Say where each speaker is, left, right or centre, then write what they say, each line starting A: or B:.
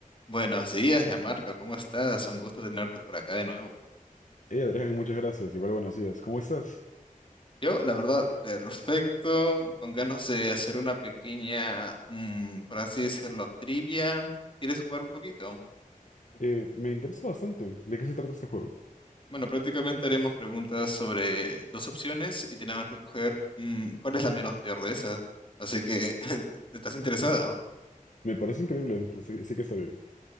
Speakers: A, on the left; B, on the left.
A: Buenos días, Yamarca, ¿cómo estás? Un gusto tenerte por acá de nuevo.
B: Eh, Adrián, muchas gracias. Igual buenos días. ¿Cómo estás?
A: Yo, la verdad, perfecto, con ganas de hacer una pequeña, mm, por así decirlo, trivia. ¿Quieres jugar un poquito?
B: Eh, me interesa bastante. ¿De qué se trata este juego?
A: Bueno, prácticamente haremos preguntas sobre dos opciones y tenemos que coger mm, cuál es la menos peor de esas. Así que, <laughs> ¿estás interesado?
B: Me parece increíble. Así, así que está bien.